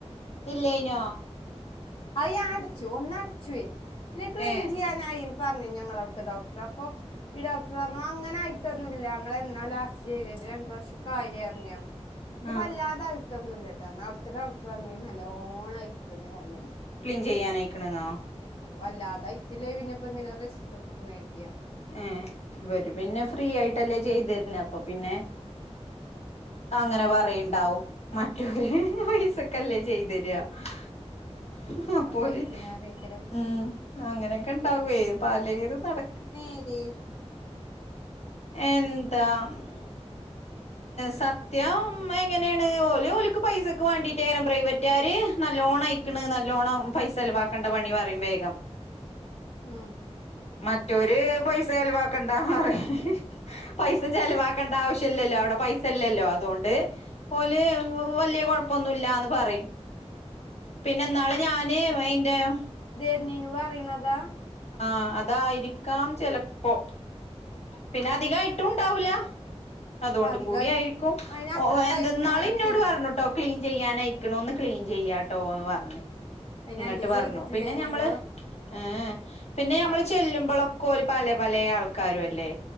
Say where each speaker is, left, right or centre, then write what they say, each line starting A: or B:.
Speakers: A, on the left; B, on the left.
A: ഇല്ലേയ്നോ
B: അയി ഞാ അട്ച്ചു ഒന്നട് ച്വേ പിന്നെ ക്ലീൻ
A: ഏ
B: ചെയ്യാനായി പറഞ്ഞ ഞങ്ങള അവിടുത്തെ ഡോക്ടർ അപ്പറ്ഞ്ഞ് ഞങ്ങളഉട്ത്തെ ഡോക്ടർ അപ്പൊ ഇഡോക്ട് പറഞ്ഞു അങ്ങനെ ആയിട്ടൊന്നുല്ല ഇങ്ങളെ ഇങ്ങളെ എന്നാ ലാസ്റ്റ് ചെയ്തി രണ്ട് വർഷിക്കായിനിയറ്ഞ് ഞാ ഇത്
A: ആ
B: വല്ലാതായിട്ടൊന്നുല്ലട്ടൊ ന്നൗട് ത്തെ ഡോക്ട്ർ പറഞ്ഞീനി നല്ലോണ്ണം അയിക്ക്ണ് പറഞ്ഞിനി
A: ക്ലീൻ ചെയ്യാനയിക്ക്ണ്ന്നോ
B: വല്ലാതെ ഐറ്റില്ലേ പിന്നെപ്പെന്തിന റിസ്ക് ഇട് ക്ക്‌ ണേർതി ഞാ
A: ഏ... ഇവര് പിന്നെ ഫ്രീ ആയിട്ടല്ലേ ചെയ്തു തരുന്നെ, അപ്പൊ പിന്നെ... അങ്ങനെ പറയിണ്ടാവും മ.... ഹ് ഹ് ഹ് പൈസക്കല്ലേ ചെയ്തര ഹ്ഹ.. അപ്പോല്
B: അപ്പൊ അയക്കണ അറിയിക്കരം
A: ഉം അങ്ങനെയൊക്കെ ഇണ്ടാവേ പലേതും നടക്കും
B: എന്തേ...
A: എന്താ <unintelligible> സത്യം എങ്ങനെയാണ് ഓല് ഓല്ക്ക് പൈസക്ക് വേണ്ടിട്ടാണ് പ്രൈവറ്റ്കാര് ഏയ് നല്ലോണം അയിക്കണ് നല്ലോണ്ണം പൈസ ചെലവാക്കേണ്ട പണി പറിം വേഗം
B: ഉം...
A: മറ്റോര് പൈസ ചെലവാക്കണ്ടാ ഹ.. ഹ... ഹ് പൈസ ചെലവാ.... ആക്കേണ്ട ആവശ്യല്ലല്ലോ. അവിടെ പൈസയില്ലല്ലോ അതോണ്ട് ഓല് വ.. വല്യ കുഴപ്പൊന്നുല്ലാന്ന് പറയും. പിന്ന... ന്നാള്.. ഞാന്.... <unintelligible>
B: നിനു പറിണതാ...
A: ആ അതായിരിക്കാം ചെലപ്പോ, പിന്നെ അധികം ആയിട്ടും ഉണ്ടാവൂല. അതുകൊണ്ടും
B: അധികമായിട്ട്
A: കൂടി ആയിരിക്കും
B: അതിന്
A: ഓ
B: അത്ര
A: എന്തെന്നാള്
B: ടൈമൊന്നും ആയിട്ടില്ല
A: ഇന്നോട് പറഞ്ഞൂട്ടോ ക്ലീൻ ചെയ്യാൻ ആയിക്കണു. ഒന്ന് ക്ലീൻ ചെയ്യാട്ടോ, എന്ന് പറഞ്ഞ്.
B: അയിന്
A: ഇങ്ങട്ട്
B: അന്റെ
A: പറഞ്ഞു
B: ചെയ്തിട്ടില്ലേനല്ലോ
A: പിന്നെ ഞമ്മള് ഏ... പിന്നെ ഞമ്മൾ
B: ആഹ്
A: ചെല്ലുമ്പൊളൊ <unintelligible> ക്കെ ഓൽ പല പലേ ആൾക്കാരും അല്ലേ.